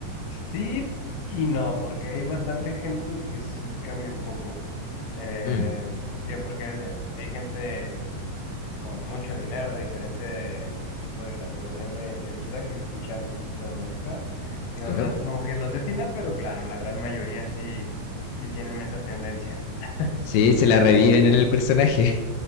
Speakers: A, on the left (about 70°); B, on the left (about 80°).
A: Sí y no, porque hay bastante gente que sí cambia un poco. Eh,
B: Mm,
A: digo, porque hay gente con mucho dinero de diferentes tipos de categorías de, de vida que escuchan ese tipo de música. Digo,
B: claro.
A: no es como que los defina, pero claro, la gran mayoría sí, sí tienen esa tendencia. <laughs>
B: Sí, se la reviven en el personaje.